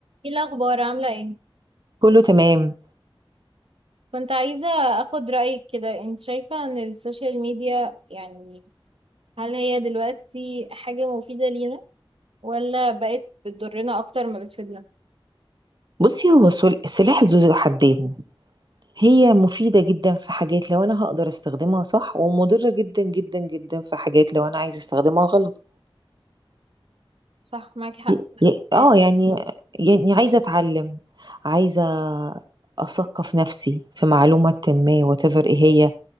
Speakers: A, on the right (about 80°); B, on the right (about 50°).
A: ايه الاخبار عامله ايه
B: كله تمام
A: كنت عايزه اخد رايك كده انت شايفه ان السوشيال ميديا يعني هل هي دلوقتي حاجه مفيده لينا ولا بقت بتضرنا اكتر ما بتفيدنا
B: بصي هو السل- السلاح ذو حدين هي مفيدة جدا في حاجات لو أنا هقدر استخدمها صح ومضرة جدا جدا جدا في حاجات لو أنا عايزة استخدمها غلط
A: صح معاكي حق
B: ي-
A: بس
B: ي- اه يعني يعني عايزة أتعلم عايزة أثقف نفسي في معلومة ما whatever إيه هي